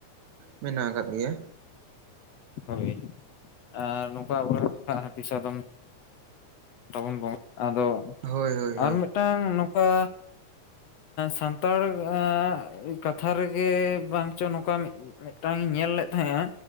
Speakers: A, on the right (about 70°); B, on the left (about 65°).
A: ᱢᱮᱱᱟᱜ ᱟᱠᱟᱫ ᱜᱮᱭᱟ
B: ᱦᱳᱭ ᱟᱨ ᱱᱚᱝᱠᱟ ᱟᱵᱚᱨᱮᱱ ᱫᱚ ᱦᱟᱹᱛᱤ ᱥᱟᱫᱚᱢ ᱛᱟᱵᱚᱱ ᱟᱫᱚ
A: ᱦᱳᱭ ᱦᱳᱭ
B: ᱟᱨ
A: ᱦᱳᱭ
B: ᱢᱤᱫᱴᱟᱝ ᱱᱚᱝᱠᱟ ᱥᱟᱱᱛᱟᱲ ᱟᱜ ᱠᱟᱛᱷᱟ ᱨᱮᱜᱮ ᱵᱟᱝ ᱪᱚ ᱱᱚᱝᱠᱟ ᱢᱤᱫᱴᱟᱝ ᱤᱧ ᱧᱮᱞ ᱞᱮᱫ ᱛᱟᱦᱮᱸᱜᱼᱟ